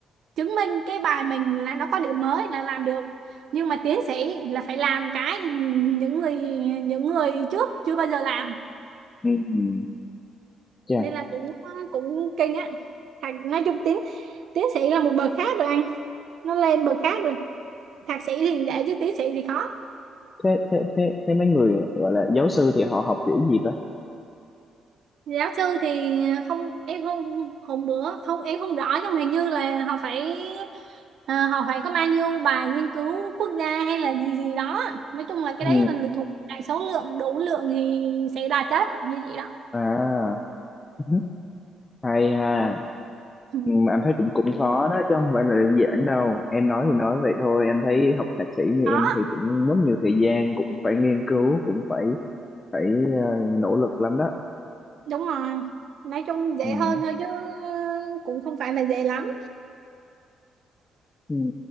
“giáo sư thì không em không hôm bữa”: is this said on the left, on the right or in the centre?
Right